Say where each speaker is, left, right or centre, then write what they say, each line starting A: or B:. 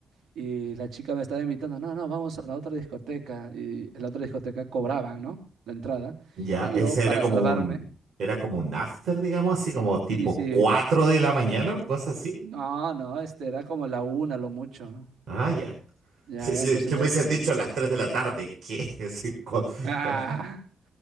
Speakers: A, on the right (about 80°); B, on the right (about 55°).
A: y la chica me estaba invitando, no, no, vamos a la otra discoteca. Y en la otra discoteca cobraban, ¿no? La entrada.
B: ya,
A: Y
B: ese
A: yo para
B: era como
A: salvarme,
B: un, era como un after, digamos así, como tipo
A: sí, sí,
B: 4 de la mañana, una cosa así.
A: No, no, este era como la una, lo mucho.
B: Ah, ya.
A: Ya,
B: Sí,
A: ya,
B: sí,
A: entonces
B: es que
A: yo...
B: me hubiesen
A: le- <laughs>
B: dicho a las 3 de la tarde, ¿qué? <laughs> Sí, cu-
A: ¡Ah!
B: cu-